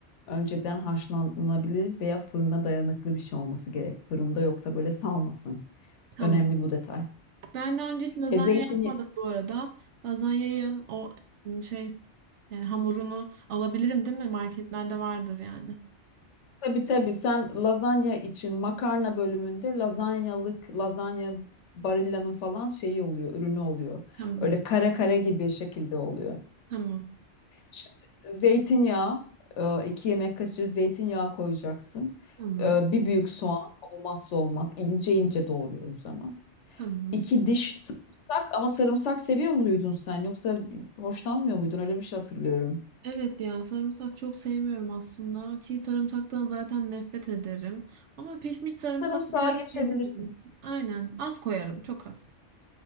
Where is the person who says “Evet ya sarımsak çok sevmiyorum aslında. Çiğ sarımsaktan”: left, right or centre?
Right